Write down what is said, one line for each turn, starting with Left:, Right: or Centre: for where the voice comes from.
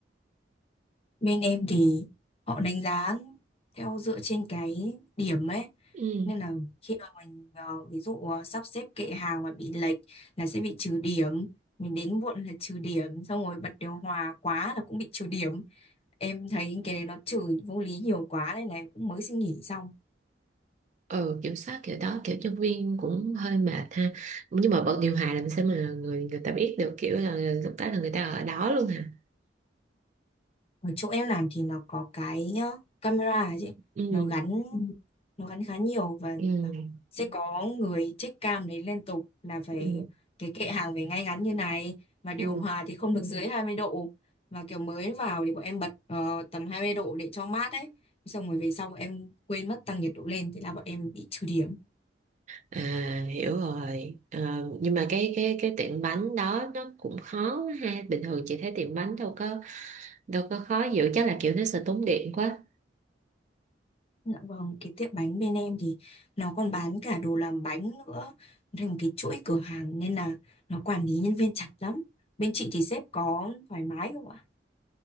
Left: bên em thì họ đánh giá theo dựa trên cái điểm ấy
Right: Ừ.
Left: nên là khi mà mình ờ, ví dụ ờ, sắp xếp kệ hàng mà bị lệch là sẽ bị trừ điểm mình đến muộn là trừ điểm xong rồi bật điều hòa quá là cũng bị trừ điểm Em thấy cái đấy nó chửi vô lý nhiều quá nên là em cũng mới xin nghỉ xong.
Right: ừ kiểm soát kiểu đó kiểu nhân viên cũng hơi mệt ha nhưng mà bật điều hòa làm sao mà người người ta biết được kiểu là lúc đó là người ta ở đó luôn hả
Left: Ở chỗ em làm thì nó có cái ờ, camera ấy chị,
Right: ừ
Left: nó gắn Ừ. nó gắn khá nhiều và
Right: ừ
Left: sẽ có người check cam đấy liên tục là phải
Right: ừ,
Left: cái kệ hàng phải ngay ngắn như này và điều
Right: ừ.
Left: hòa thì không Ừ. được Ừ. dưới hai mươi độ và kiểu mới vào thì bọn em bật ờ, tầm 20 độ để cho mát ấy. Xong rồi về sau bọn em quên mất tăng nhiệt độ lên thế là bọn em bị trừ điểm.
Right: À, hiểu rồi Ờ, nhưng mà cái cái cái tiệm bánh đó nó cũng khó quá ha bình thường chị thấy tiệm bánh đâu có đâu có khó dữ chắc là kiểu nó sẽ tốn điện quá
Left: Dạ vâng, cái tiệm bánh bên em thì nó còn bán cả đồ làm bánh nữa, thành một cái chuỗi cửa hàng nên là nó quản lý nhân viên chặt lắm. Bên chị thì sếp có thoải mái không ạ?